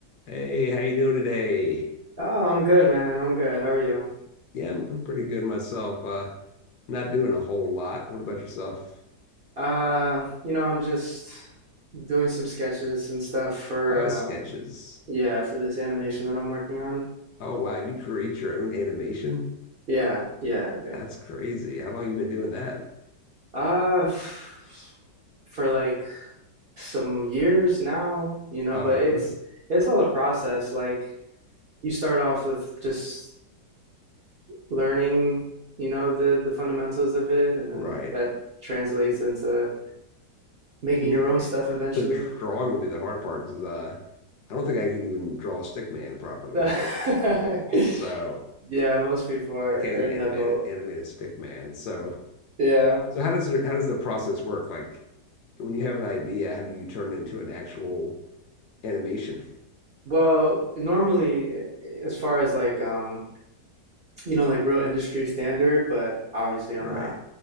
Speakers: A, on the left; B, on the right.
A: Hey, how you doing today?
B: Oh, I'm good, man. I'm good. How are you?
A: Yeah, I'm, I'm pretty good myself. Uh, not doing a whole lot. What about yourself?
B: Uh, you know, I'm just doing some sketches and stuff for
A: Oh, sketches.
B: um yeah, for this animation that I'm working on.
A: Oh, wow, you create your own animation?
B: Yeah, yeah, I do.
A: That's crazy. How long you been doing that?
B: Uh, f for like some years now, you know,
A: Oh,
B: but
A: really?
B: it's it's all a process. Like you start off with just learning, you know, the the fundamentals of it, and then
A: Right.
B: that translates into making
A: To me,
B: your
A: the
B: own
A: dr-
B: stuff eventually.
A: the drawing would be the hard part because uh, I don't think I can even draw a stick man properly.
B: <laughs>
A: So
B: Yeah, most people are
A: I can't
B: are
A: even
B: in
A: animate
B: that boat.
A: it, animate a stick man. So
B: Yeah.
A: so how does your how does the process work? Like when you have an idea, how do you turn it into an actual animation.
B: Well, normally, eh, as far as like, um, you know, like real industry standard, but obviously I'm
A: Right.
B: not